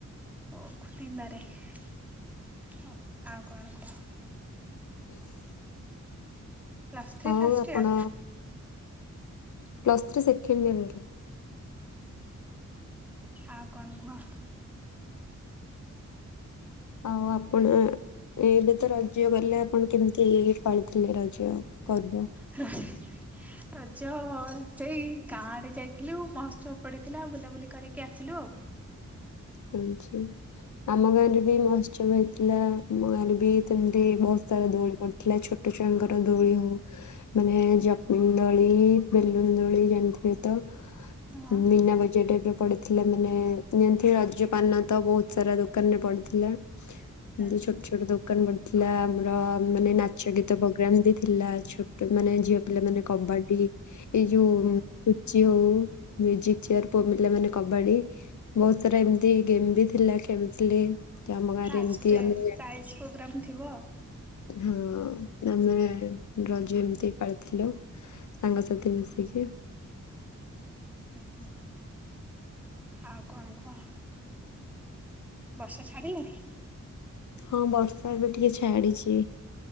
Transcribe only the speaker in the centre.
<unintelligible> ଆଉ କଣ କୁହ?
ପ୍ଲସ୍ ଥ୍ରୀ
ଫାଷ୍ଟ
ଇୟର
ଆଉ କଣ କୁହ?
<unintelligible> ରଜ ସେଇ ଗାଁ ଆଡେ ଯାଇଥିଲୁ, ମହୋତ୍ସବ ପଡିଥିଲା ବୁଲାବୁଲି କରିକି ଆସିଲୁ ଆଉ।
ହଁ ହୁଁ
ହୁଁ।
ଫାଷ୍ଟ
ଡେ
ପ୍ରାଇଜ୍ ପୋଗ୍ରାମ ଥିବ ଆଉ।
ହୁଁ ହୁଁ। ଆଉ କଣ କୁହ? ବର୍ଷା ଛାଡ଼ିଲେଣି?